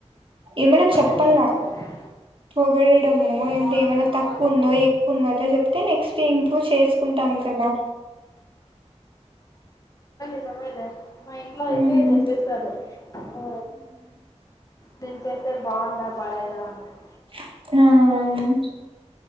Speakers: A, on the right; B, on the left.
A: ఏమనా చెప్పల్లా
B: అంటే
A: పొగడేయడమో ఏమంటే
B: బాగుందా
A: ఏమైనా తక్కువుందో
B: బాలేదా అనేది.
A: ఎక్కువుందో అట్ల చెప్తే నెక్స్ట్ టైమ్ కుంటాము కదా
B: <unintelligible> లే మా ఇంట్లో
A: ఉమ్
B: అయితే చెప్పేస్తారు ఓ నేను చేస్తే బాగుంద బాగలేదా అన్నట్టు
A: హా